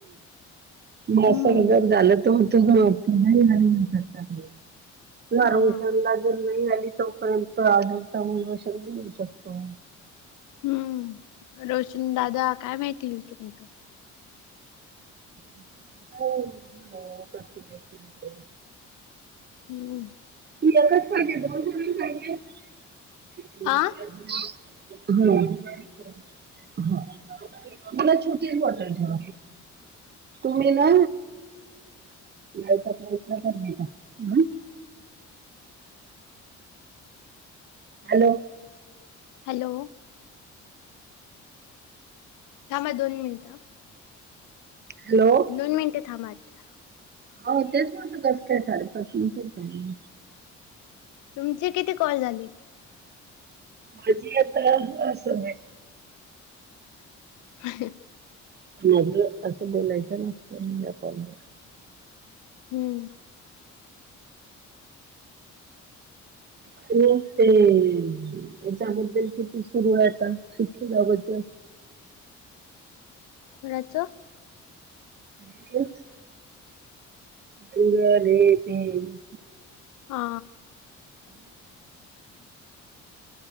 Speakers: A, on the right (about 35°); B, on the left (about 80°).
A: म अस
B: हम्म
A: जर झालंत तो म्हणतो ग नाही येणार मी ऊसाचं टाकून देणार वार
B: हा हा
A: ऊस समजा जर नाही आलीत तोपर्यंत आडुळसा मूलवषक बी घेऊ शकतो
B: हू रोशन दादा काय माहिती येईल की नाही तो
A: <inaudible> हो मिळून रहा प्रत्येक व्यक्तींनी
B: हू
A: ती एकच पाहिजे दोन कुणाला पाहिजे ती तू दे
B: आ
A: ग हू हा मला छोटी एक बॉटल ठेवा तुम्ही ना यायचा प्रयत्न करायचा हा हॅलो
B: हॅलो थांब दोन मिनिटं.
A: हॅलो
B: दोन मिनिटे थांबा आता
A: हो तेच म्हणलं कसं काय साडेपाच मिनिटचं झाली.
B: तुमचे किती कॉल झाले?
A: माझी आता अजून एक.
B: <unintelligible>
A: माझं असं बोलायच्या ना <inaudible> कॉलवर.
B: हम्म
A: <unintelligible> याच्याबद्दल किती सुरू आहेत आता शिक्षणाबद्दल?
B: कोणाचं?
A: <unintelligible> <unintelligible>
B: आ.
A: <unintelligible>